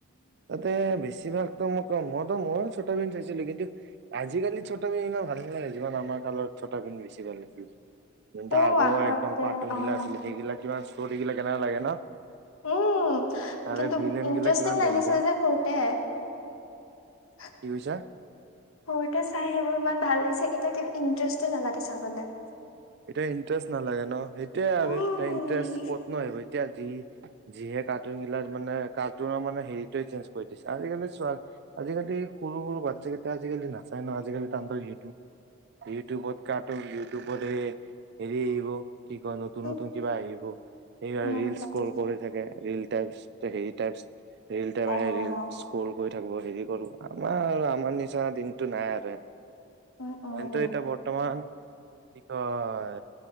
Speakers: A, on the right; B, on the left.
A: তাতে বেছি বছিভাগ মই ক মইো মইো ছটা ভীম চাইছিলো, কিন্তু আজিকালি ছটা ভীম ইমান ভাল নালাগে যিমান আমাৰ কালত ছটা পিন্ধ বেছি ভাল। লাগিছিলন্ত ডাগৰ
B: অ', আগতে
A: একদম কাৰ্টুন
B: অ',
A: গিলা আছিলে সেইগিলা কিবা আছিল চট কিল কেনোলাগে ন <unintelligible>
B: উম
A: তাৰে
B: কিন্তু
A: ভিলেন
B: ইণ্টাৰেষ্টিং
A: গিলা কিমান
B: লাগিছে
A: ডেঞ্জাৰ
B: যে সুৰতে সৰুতে
A: কি কৈছা
B: চাই সেইবোৰ। ইমান ভাল লাগিছে এতিয়া কিন্ত ইণ্টাৰেষ্ট নালাগে চাবলৈ।
A: এতিয়া ইণ্টাৰেষ্ট নালাগে ন সেইটোয়ে
B: উম,
A: আৰ এতিয়া ইণ্টাৰেষ্ট ক'ত ন আহিব এতিয়া যি যিহে কাৰ্টুন গিলাক মানে কাৰ্টুনৰ মানে হেৰিতোৱে চেঞ্জ কৰি দিছে আজিকালি চোৱ আজিকালি সৰু সৰু বাচ্ছা কেইটা আজিকালি নাচাই ন আজিকালি ইউটিউব ইউটিউবত কাৰ্টুন ইউটিউবত এ এৰি আহিব কি কয় নতুন
B: উম
A: নতুন কিবা আহিব এইবাৰ
B: উম
A: ৰিলচ
B: উম তাকে।
A: ইক্সকৰি থাকে ৰিল টাইল টিযেতাৰ ৰিল টাইম
B: অ'।
A: আহে ৰিল ইস্কল কৰি থাকো হেৰি কৰো আমাৰ আমাৰ নিচিনা দিনটো নাই আৰু
B: উম, উম,
A: হয়টো এতিয়া বৰ্তমান এ <unintelligible> হয়